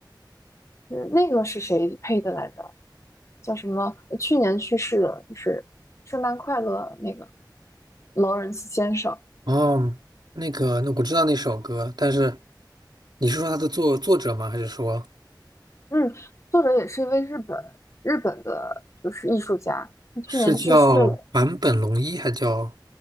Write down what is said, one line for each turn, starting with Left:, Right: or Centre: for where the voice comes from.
Left: 是那个是谁配的来着？叫什么？呃去年去世的，就是《圣诞快乐》那个劳伦斯先生。
Right: 哦，那个，那我知道那首歌，但是你是说他的作作者吗？还是说？
Left: 嗯，作者也是一位日本日本的，就是艺术家。他去年去世了。
Right: 是叫坂本龙一还叫